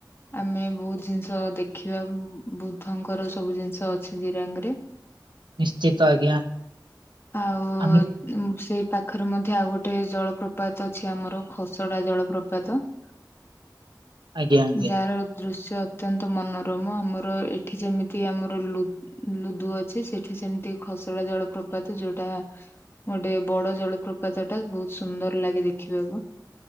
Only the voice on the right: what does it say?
ନିଶ୍ଚିତ ଆଜ୍ଞା
ଆମେ
ଆଜ୍ଞା ଆଜ୍ଞା।